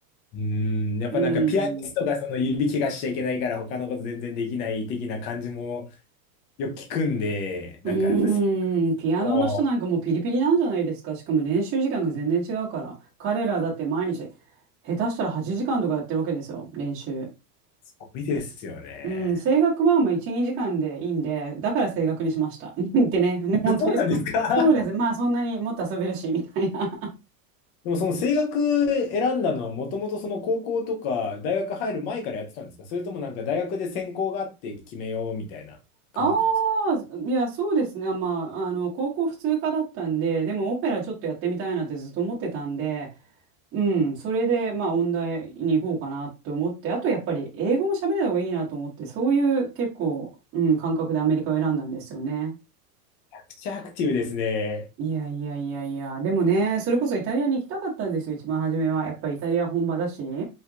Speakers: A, on the left (about 20°); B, on the right (about 25°).
A: うーん、やっぱなんかピアニストがその指怪我しちゃいけないから他のこと全然できない的な感じも
B: うん。
A: よく聞くんで、なんかやっぱ
B: うーん、ピアノの人なんかもうピリピリなんじゃないですか。
A: も
B: しかも練習時間が全然違うから。彼らだって毎日、下手したら8時間とかやってるわけですよ、練習。
A: うすごいですよね。
B: うん、声楽はまあ1、2時間でいいんで、だから声楽にしました。<laughs> ってね、
A: <laughs>
B: 本当にそ
A: そうなんですか
B: <laughs> そうです。まあそんなにもっと遊べるし、みたいな。
A: でもその声楽選んだのはもともとその高校とか大学入る前からやってたんですかそれともなんか大学で専攻があって決めようみたいな感じだったんですか
B: ああ、いや、そうですね。あまあ、あの、高校普通科だったんで、でもオペラちょっとやってみたいなってずっと思ってたんで、うん、それで、まあ、音大に行こうかなと思って、あとやっぱり英語も喋れた方がいいなと思って、そういう結構、うん、感覚でアメリカを選んだんですよね。
A: めちゃくちゃアクティブですね。
B: いやいやいやいや、でもね、それこそイタリアに行きたかったんですよ、一番初めは。やっぱりイタリア本場だし。